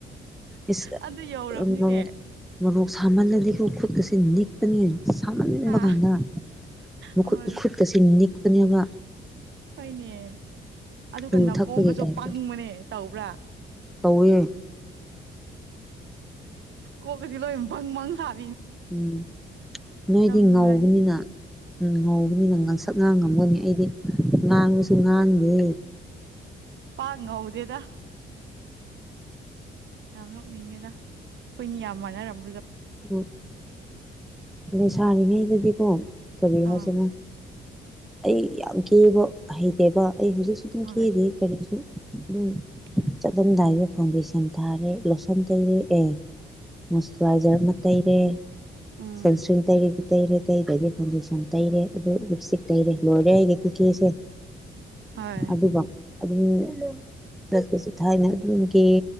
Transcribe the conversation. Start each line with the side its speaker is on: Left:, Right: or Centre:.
Centre: ꯏꯁ
Right: ꯑꯗꯨ ꯌꯧꯔꯕꯅꯤꯅꯦ
Centre: <unintelligible> ꯃꯣꯛ ꯁꯥꯃꯜꯂꯗꯤꯀꯣ ꯈꯨꯠꯀꯁꯦ ꯅꯤꯛꯄꯅꯦ ꯁꯥꯃꯟꯕ
Right: ꯍꯥ
Centre: ꯀꯥꯟꯗ ꯃꯈꯨꯠ
Right: ꯍꯣꯏ
Centre: ꯈꯨꯨꯠꯀꯁꯦ ꯅꯤꯛꯄꯅꯦꯕ
Right: ꯍꯣꯏꯅꯦ ꯑꯗꯨꯒ
Centre: ꯌꯨ
Right: ꯅꯥꯀꯣꯡꯒꯁꯨ
Centre: ꯊꯛꯄꯒꯤ ꯇꯥꯏꯞꯇ
Right: ꯄꯪꯕꯅꯦ ꯇꯧꯕ꯭ꯔꯥ
Centre: ꯇꯧꯋꯦ
Right: ꯀꯣꯛꯀꯁꯦ ꯂꯣꯢ ꯕꯪ ꯕꯪ ꯁꯥ
Centre: ꯎꯝ ꯅꯣꯏꯗꯤ
Right: ꯅꯨꯡꯉꯥꯏꯌꯦ
Centre: ꯉꯧꯕꯅꯤꯅ ꯎꯝ ꯉꯧꯕꯅꯤꯅ ꯉꯥꯡꯁꯛ ꯉꯥꯡꯉꯝꯒꯅꯤ ꯑꯩꯗꯤ ꯉꯥꯡꯕꯁꯨ ꯉꯥꯡꯗꯦ
Right: ꯄꯥꯛ ꯉꯧꯗꯦꯗ ꯌꯥꯝ ꯅꯣꯛꯅꯤꯡꯉꯦꯗ ꯑꯩꯈꯣꯏꯅꯤ ꯌꯥꯝ ꯃꯥꯟꯅꯔꯝ
Centre: ꯎꯝ ꯂꯩꯁꯥꯔꯤꯉꯩꯗꯗꯤ ꯀꯣ ꯀꯔꯤ
Right: ꯑꯥ
Centre: ꯍꯥꯏꯁꯤꯔꯥ ꯑꯩ ꯌꯥꯝ ꯀꯦꯕ ꯍꯩꯇꯦꯕ ꯑꯩ ꯍꯧꯖꯤꯛꯁꯨ ꯑꯗꯨꯝ
Right: ꯍꯣꯏ
Centre: ꯀꯦꯗꯦ ꯀꯔꯤꯁꯨ ꯑꯗꯨꯝ
Right: ꯎꯝ
Centre: ꯆꯠꯂꯝꯗꯥꯏꯗ ꯐꯥꯎꯟꯗꯦꯁꯟ ꯊꯥꯔꯦ ꯂꯣꯁꯟ ꯇꯩꯔꯦ ꯑꯦ ꯃꯣꯏꯁꯇꯨꯔꯥꯏꯖꯔ ꯑꯃ ꯇꯩꯔꯦ
Right: ꯎꯝ
Centre: ꯁꯟꯁꯀ꯭ꯔꯤꯟ ꯇꯩꯔꯦꯒꯦ ꯇꯩꯔꯦ ꯇꯩꯗꯒꯤ ꯐꯥꯎꯟꯗꯦꯁꯟ ꯇꯩꯔꯦ ꯑꯗꯨ ꯂꯤꯞꯁꯇꯤꯛ ꯇꯩꯔꯦ ꯂꯣꯏꯔꯦ ꯑꯩꯒꯤ ꯈꯨꯀꯦꯁꯦ
Right: ꯍꯣꯏ
Centre: ꯑꯗꯨꯕꯧ ꯑꯗꯨꯝ ꯆꯠꯄꯁꯨ ꯊꯥꯏꯅ ꯑꯗꯨꯝ ꯀꯦꯌꯦ